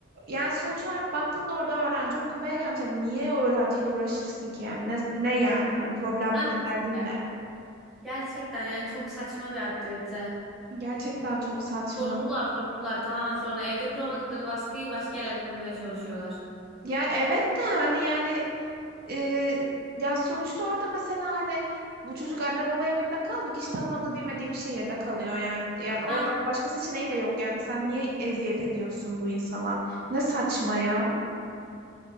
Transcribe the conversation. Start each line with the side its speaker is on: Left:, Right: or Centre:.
Right: yani sonuç olarak baktığında orada öğrenci okumaya gelmiş. Yani niye öğrenciyle uğraşırsın ki yani ne, ne yani hani problem
Centre: Hah
Right: ne
Centre: işte.
Right: derdin ne?
Centre: Gerçekten yani çok saçma bir aktivite.
Right: Gerçekten çok saçma.
Centre: Sorumlular sorumlular tamamen sonra evde kuramadıkları baskıyı başka yerlerde kurmaya çalışıyorlar.
Right: Ya evet de hani yani Ee, ya sonuçta orada mesela hani bu çocuk anne baba evinde kalmıyor ki hiç tanımadığı bilmediği bir şehirde kalıyor yani. Yani orada
Centre: Hah
Right: başka seçeneği de yok yani. Sen niye eziyet ediyorsun bu insana? Ne saçma ya.